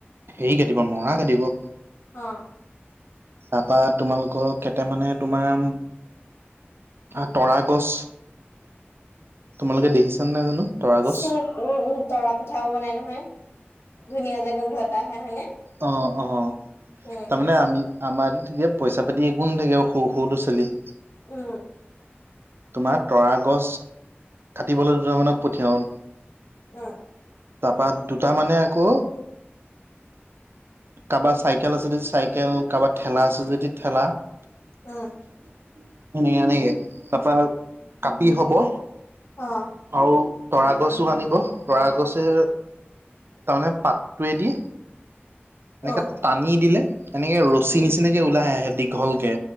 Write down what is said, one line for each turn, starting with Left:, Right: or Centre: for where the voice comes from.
Right: হেৰি কাটিব নৰা কাটিব,
Left: অ,
Right: তাৰপা তোমালোকৰ কেইটা মানে তোমাৰ আৰু তৰা গছ, তোমালোকে দেখিছানে নাই জানো? তৰা
Left: <inaudible>
Right: গছ
Left: উম, উম তৰা পিঠাও বনাই নহয়, ধুনীয়া যে গোন্ধ এটা আহে হয়নে?
Right: অ, অ,
Left: উম
Right: তাৰমানে
Left: উম
Right: আমি আমাৰতো তেতিয়া পইচা পাতি একো নাথাকে সৰু সৰু ল'ৰা ছোৱালী,
Left: উম,
Right: তোমাৰ তৰা গছ কাটিবলৈ দুটা মানক পঠিয়াও,
Left: অ,
Right: তাৰাপা দুটা মানে আকৌ কাৰোবাৰ চাইকেল আছে যদি চাইকেল কাৰোবাৰ ঠেলা আছে যদি ঠেলা, সনেকে
Left: উম
Right: এনেকে তাৰপা কাটি হব
Left: অ,
Right: আৰু তৰা গছোঁ আনিব তৰা গছে তাৰমানে পাতটোৱে দি এনেকে
Left: অ
Right: টানি দিলে তেনেকে ৰছী
Left: উম
Right: নিচিনাকে ওলাইে আহে দীঘলকে